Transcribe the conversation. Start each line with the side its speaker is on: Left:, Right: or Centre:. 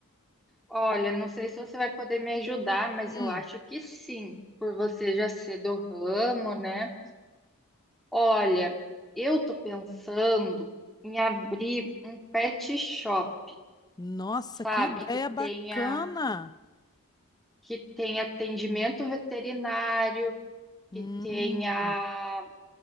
Centre: Olha, não sei se você vai poder me ajudar, mas
Left: Hum.
Centre: eu acho que sim, por você já ser do ramo, né? Olha, eu tô pensando em abrir um pet shop,
Left: Nossa,
Centre: sabe?
Left: que ideia
Centre: Que
Left: bacana!
Centre: tenha que tenha atendimento veterinário,
Left: Hum,
Centre: que tenha